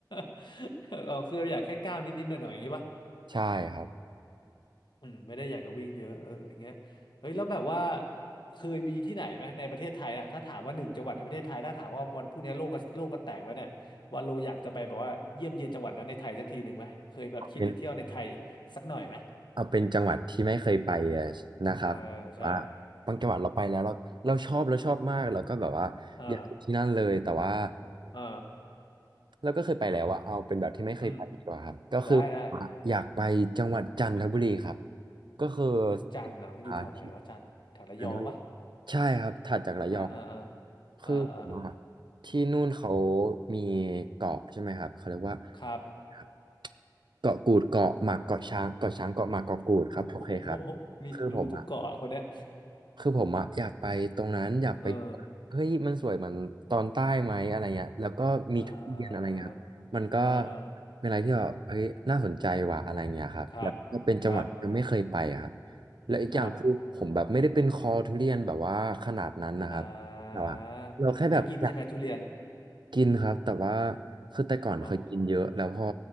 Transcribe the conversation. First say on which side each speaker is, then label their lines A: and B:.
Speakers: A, on the left; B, on the right.
A: <laughs> อ๋อคืออยากแค่ก้าวนิดๆหน่อยๆอย่างงี้ป่ะ
B: ใช่ครับ
A: อืมไม่ได้อยากจะวิ่งเยอะเอออย่างเงี้ยเฮ้ยแล้วแบบว่าเคยมีที่ไหนไหมในประเทศไทยนะถ้าถามว่าหนึ่งจังหวัดในประเทศไทยถ้าถามว่าวันพรุ่งนี้โลกก็โลกก็แตกแล้วเนี่ยวันโลอยากจะไปแบบว่าเยี่ยมเยียนจังหวัดนั้นในไทยสักทีหนึ่งไหมเคยแบบคิดจะเที่ยวในไทยสักหน่อยไหม
B: เอาเป็นเอาเป็นจังหวัดที่ไม่เคยไปเอ่อนะครับว่า
A: เออใช่
B: บางจังหวัดเราไปแล้วเราเราชอบเราชอบมากแล้วก็แบบว่าอยากอยู่ที่นั่นเลยแต่ว่า
A: เออเออ
B: เราก็เคยไปแล้วอะเอาเป็นแบบที่ไม่เคยไปดีกว่าครับก็คือ
A: อืมได้ได้
B: อยากไปจังหวัดจันทบุรีครับ ก็คือ
A: เมืองจันทร์เหรอมันอยู่แถวไหนวะจันทร์แถวระยองปะ
B: หาทีกอันนี้ใช่ครับถัดจากระยอง
A: อ่าอ่าอ่า
B: คือผมอะ
A: อ่าอ่าอ่า
B: ที่นู่นเขามีเกาะใช่ไหมครับเขาเรียกว่า
A: ครับ
B: ครับเกาะกูดเกาะหมากเกาะช้างเกาะช้างเกาะหมากเกาะกูดครับโอเคครับ
A: <laughs> โอ้โหมีรู้ทุกเกาะอะคนเนี้ย
B: คือผมอะ คือผมอะอยากไปตรงนั้นอยากไป
A: เออ
B: เฮ้ยมันสวยเหมือนตอนใต้ไหมอะไรเงี้ยแล้วก็มีทุเรียนอะไรเงี้ยครับมันก็
A: อ่าอ่าอ่า
B: เป็นอะไรที่แบบเฮ้ยน่าสนใจว่ะอะไรเงี้ยครับแล้วก็เป็นจังหวัดที่ยังไม่เคยไปอะครับ
A: ครับครับ
B: และอีกอย่างคือผมแบบไม่ได้เป็นคอทุเรียนแบบว่าขนาดนั้นนะครับแต่ว่าเราแค่แบบอยาก
A: ครับอ่าไม่กินใช่ไหมทุเรียน
B: กินครับแต่ว่าคือแต่ก่อนเคยกินเยอะแล้วพอ
A: อ๋อ